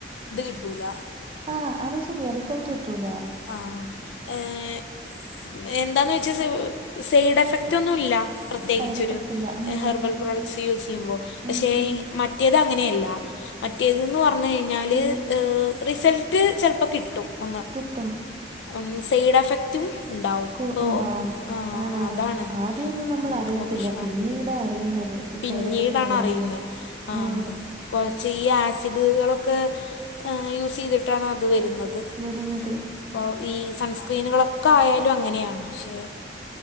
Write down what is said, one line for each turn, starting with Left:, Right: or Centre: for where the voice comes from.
Left: ഇത് കിട്ടൂലാ
Right: ആ അത് ശെരിയാ റിസൾട്ട് കിട്ടൂലാ
Left: അഹ് ഏയ് എന്താന്ന് വെച്ചാ സ് സൈഡ് എഫക്ട് ഒന്നുല്ലാ പ്രത്യേകിച്ചൊരു
Right: സൈഡ് എഫക്ട്സ് ഇല്ല ഉം
Left: ഹെർബൽ പ്രൊഡക്ട്റ്റ്സ് യൂസ് ചെയ്യുമ്പോൾ പക്ഷേ
Right: ഉം ഉം
Left: മറ്റ് മറ്റേത് അങ്ങനെയല്ല മറ്റേത് പറഞ്ഞു കഴിഞ്ഞാല്
Right: ഉം
Left: ഏഹ് റിസൾട്ട് ചെല്പ്പോ കിട്ടും ഒന്ന്
Right: കിട്ടും
Left: ഒന്ന് സൈഡ് എഫെക്റ്റും ഇണ്ടാവും
Right: കു
Left: പോ
Right: ഉണ്ടാവും
Left: ആ
Right: ആണാണ്
Left: അതാണ്
Right: ആദ്യമൊന്നും നമ്മൾ
Left: ഞങ്ങൾ
Right: അറിയത്തില്ല
Left: കൂള്ള പ്രശ്നം
Right: പിന്നീടാ അറിയുന്നത്
Left: പിന്നീടാണ്
Right: സൈഡ് എഫക്ട്സും കാര്യങ്ങളും
Left: അറിയുന്നത് ആഹ
Right: അതെ
Left: കൊറച്ച് ഈ ആസിഡുകളൊക്കെ എഹ് യൂസ് ചെയ്തിട്ടാണ് അത് വെരുന്നത്
Right: വെരുന്നത്
Left: അപ്പോ ഈ സൺസ്ക്രീന്കള് ഒക്കെ ആയാലും അങ്ങനെയാണ് പക്ഷേ